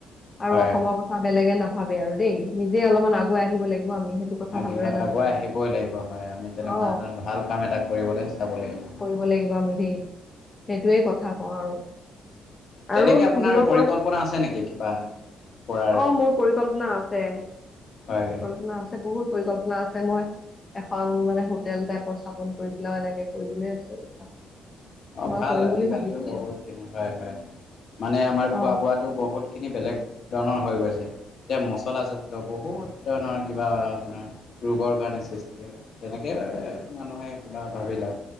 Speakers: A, on the left; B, on the left.
A: আৰু
B: হয়
A: অসমৰ কথা বেলেগে নাভাবে আৰু দেই নিজে অলপমান আগুৱাই আহিব লাগিব আমি সেইটো কথা
B: অ
A: ভালদৰে জানিব
B: আগুৱাই আহিবই লাগিব হয় আমি তেনেকুৱা
A: অ
B: এ ভাল কাম এটা কৰিবলৈ চাব লাগিব।
A: ক'ব লাগিব আৰু দেই সেইটোৱে কথা কওঁ আৰু। আৰু
B: তেনেকে আপোনাৰ
A: যুৱ প্ৰ
B: পৰিকল্পনা আছে নেকি কিবা? কৰাৰ
A: অ মোৰ পৰিকল্পনা আছে,
B: হয়
A: পৰিকল্পনা আছে বহুত পৰিকল্পনা আছে মই এখন মানে হোটেল টাইপৰ স্থাপন কৰি পেলাইও এনেকে কৰিবলৈ আছে।
B: অ',
A: মই
B: ভাল
A: কৰিম
B: আজি
A: বুলি
B: কালিতো
A: ভাবিছো আৰু
B: বহুত খিনি হয় হয় মানে আমাৰ
A: অ
B: খোৱা বোৱাতো বহুত <unintelligible> খিনি বেলেগ ধৰণৰ হৈ গৈছে। এতিয়া মচলাযুক্ত বহুত ধৰণৰ কিবা আপোনাৰ ৰোগৰ কাৰণে সৃষ্টি হয়। তেনেকে মানুহে কিবা ভাবি লে